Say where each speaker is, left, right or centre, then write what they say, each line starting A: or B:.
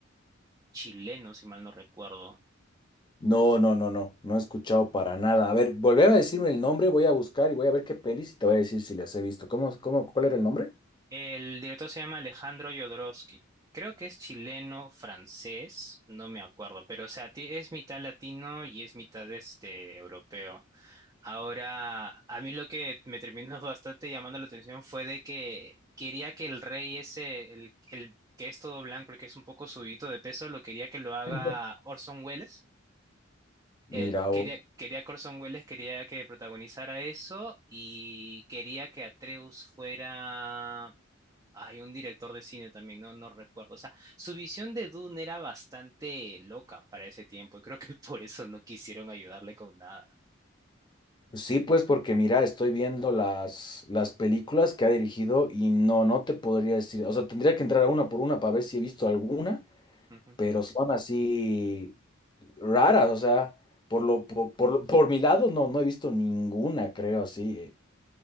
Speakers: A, on the right; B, on the left.
A: chileno, si mal no recuerdo.
B: No, no, no, no, no he escuchado para nada. A ver, volver a decirme el nombre, voy a buscar y voy a ver qué pelis y te voy a decir si las he visto. ¿Cómo, cómo, cuál era el nombre?
A: El director se llama Alejandro Jodorowsky. Creo que es chileno, francés, no me acuerdo, pero o sea, ti- es mitad latino y es mitad este europeo. Ahora, a mí lo que me terminó <laughs> bastante llamando la atención fue de que quería que el rey ese, el, el que es todo blanco, el que es un poco subidito de peso, lo quería que lo haga
B: <laughs>
A: Orson Welles.
B: Mira,
A: él quería,
B: o-
A: quería que Orson Welles quería que protagonizara eso y quería que Atreus fuera... Hay un director de cine también, no, no recuerdo. O sea, su visión de Dune era bastante loca para ese tiempo y creo que <laughs> por eso no quisieron ayudarle con nada.
B: sí, pues porque mira, estoy viendo las, las películas que ha dirigido y no, no te podría decir, o sea, tendría que entrar a una por una para ver si he visto alguna
A: Ujú.
B: pero son así raras, o sea, por lo, por, por lo- por mi lado no, no he visto ninguna, creo, así. eh.